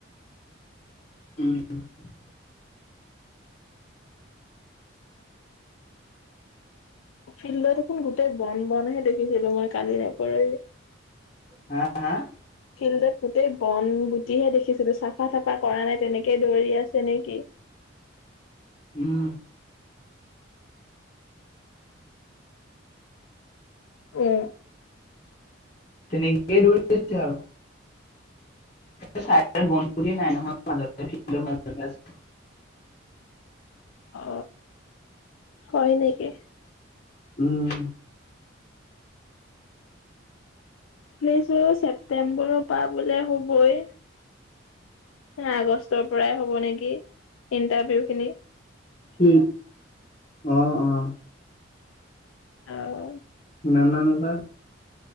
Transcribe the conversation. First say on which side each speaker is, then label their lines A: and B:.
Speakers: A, on the left; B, on the left.
A: উম
B: ফিল্ডত দেখোন গোটেই বন বনহে দেখিছিলো মই কালি নে পৰহি
A: হা হা
B: ফিল্ডত গোটেই বন গুটিহে দেখিছিলো চাফা তাফা কৰা নাই তেনেকে দৌৰি আছে তেনে কি
A: উম
B: অহ
A: তেনেকে দৌৰিছে আও এ চাইডলে বনগুটি নাই নহয় মাজতে <unintelligible> মাজতহে আছে
B: অ হয় নেকি।
A: উম
B: শুনিছো ছেপ্টেম্বৰ পা। বোলে হ'বই। আগষ্টৰ পৰাই হ'ব নেকি ইন্টাৰভিউ খিনি।
A: কি অ অ।
B: অ
A: ন ন বা